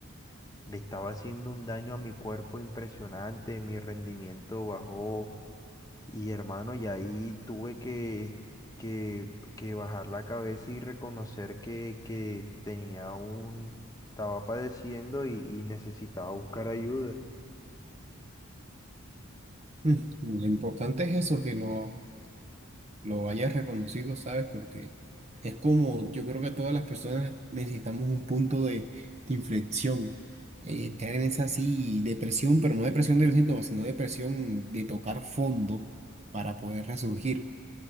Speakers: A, on the left (about 15°); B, on the right (about 30°).
A: le estaba haciendo un daño a mi cuerpo impresionante, mi rendimiento bajó, Y hermano, y ahí tuve que, que, que bajar la cabeza y reconocer que, que tenía un, estaba padeciendo y, y necesitaba buscar ayuda.
B: mm, <laughs> lo importante es eso, que no lo hayas reconocido, ¿sabes? Porque es como, yo creo que todas las personas necesitamos un punto de, de inflexión, eh, entrar en esa así depresión, pero no depresión de los síntomas, sino depresión de tocar fondo para poder resurgir,